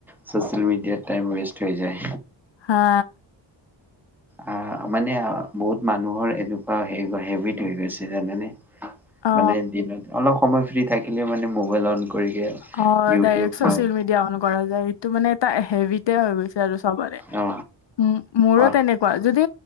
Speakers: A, in the centre; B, on the left.
A: ছচিয়েল মিডিয়াত ৱেষ্ট হৈ যায়।
B: হা।
A: অ মানে বহুত মানুহৰ এনেকুৱা হ হেবিট হৈ গৈছে জানেনে।
B: অ
A: মানে দিনত অলপ সময় ফ্ৰী থাকিলে মানে মোবাইল অন কৰি
B: অ
A: ইউটিউব
B: ডাইৰেক্ট্ৰ চচিয়েল
A: অ
B: মিডিয়া অন কৰা যায় এইটো মানে এটা হেবিট হৈ গৈছে আৰু চব।
A: অ
B: উ মোৰো
A: অ
B: তেনেকুৱা যদি